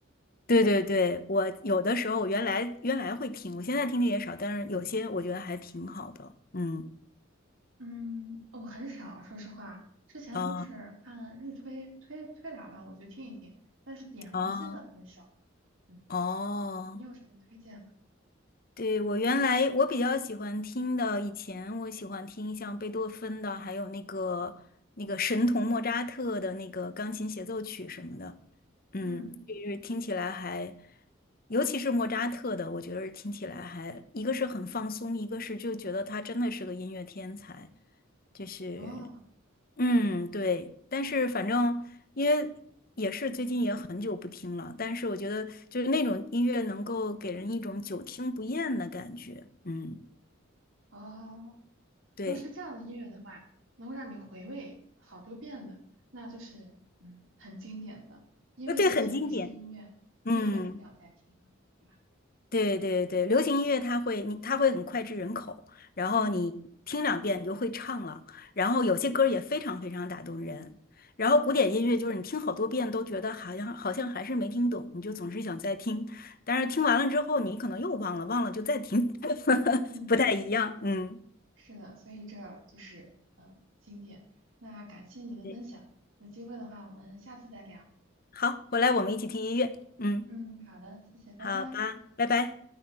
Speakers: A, on the left (about 45°); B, on the right (about 70°).
A: 对对对，我有的时候我原来原来会听，我现在听的也少，但是有些我觉得还挺好的。嗯，
B: 嗯，我很少，说实话，之前都是看日推推推来了，
A: 啊
B: 我就听一听，但是点红心的很少。
A: 啊
B: 嗯，
A: 哦。
B: 你有什么推荐吗？
A: 对，我原来我比较喜欢听的，以前我喜欢听像贝多芬的，还有那个那个神童莫扎特的那个钢琴协奏曲什么的，嗯，
B: 嗯，
A: 就是听起来还，尤其是莫扎特的，我觉得是听起来还，一个是很放松，一个是就觉得他真的是个音乐天才，就是
B: 哦
A: 嗯，对，但是反正因为也是最近也很久不听了，但是我觉得就是那种音乐能够给人一种久听不厌的感觉。嗯，
B: 哦，
A: 对，
B: 如果是这样的音乐的话，能够让你回味好多遍的，那就是嗯很经典的，因为有些流行音乐听一遍就不想再听了，
A: 呃，对，很经典。嗯。
B: 对吧？
A: 对对对，流行音乐它会你它会很脍炙人口，然后你听两遍你就会唱了，
B: 嗯
A: 然后有些歌儿也非常非常打动人。然后古典音乐就是你听好多遍都觉得好像好像还是没听懂，你就总是想再听，但是听完了之后你可能又忘了，忘了就再听，<laughs>
B: 嗯
A: 不太一样。嗯，
B: 是的，所以这就是呃经典。那感谢你的分享，
A: 对
B: 有机会的话我们下次再聊。
A: 好，回来我们一起听音乐。嗯，
B: 嗯，好的，谢谢，拜拜。
A: 好吧，拜拜。